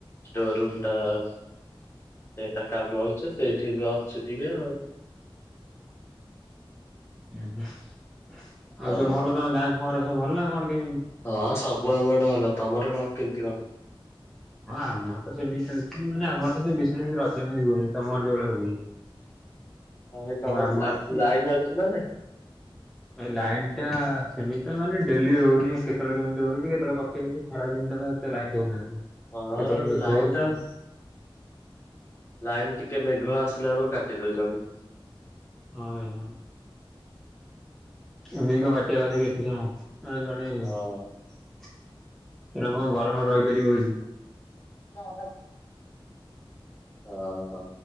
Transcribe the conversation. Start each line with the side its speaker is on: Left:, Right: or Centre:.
Left: ଷ୍ଟୋର ରୁମ ଟା ସେଟା କାମ ହଉଚି ସେଇଠି ବି ଅଛୁ ଟିକେ ଆଉ
Centre: ହୁଁ ହୁଁ ଆଉ
Left: ହଁ।
Centre: ସବୁ ଭଲ ତମ ଗାଁ ଖବର ସବୁ ଭଲ ନା କଣ କେମିତି?
Left: ହଁ ସବୁ ଆମଆଡେ ଭଲ ତମର ରଁ କେମତି କଁ
Centre: ହଁ ଆମ ଆଡେ ତ ସେମତି ଚାଲଚି ମାନେ ଆମ ଆଡେ ତ ବିଶେଷ ରଜହିଁ ହୁଏନି ତମର ଯୋଉଭଳିଆ ହଉ
Left: ହଁ ଏଇ ତମର
Centre: ଆମ
Left: ଲା
Centre: ଆଡେ କି
Left: ଲାଇନ ଅଛି ନା ନାଇଁ?
Centre: ଏ ଲାଇନ୍ ଟା ସେମିତି ତ ମାନେ ଡେଲି ରଉନି କେତେବେଳେ କେମତି ରହୁଛି କେତେବେଳେ କଟିଯାଉଛି ଖରା ଦିନ ଟା ସେ ଲାଇନ ଦଉନାଆନ୍ତି
Left: ହଁ
Centre: କେତେବେଳେ ମେଘ
Left: ଲାଇନ
Centre: ହଉଚି।
Left: ଲାଇନ୍ ଟିକେ ମେଘ ଆସିଲା ଏଳକୁ କାଟି ଦଉଚନ୍ତି।
Centre: ହଁ ଏ ହଁ। ଏମିତି କଁ କାଟିଆ କଥା କି ଏତେ ଜଣ ଜଣେ ଜଣେ ଏଣୁ
Left: ହଁ।
Centre: କଁ ଗରମରେ ରହିପାରିବ ଏଇଠି
Left: ହ ର <unintelligible> ଅ ହ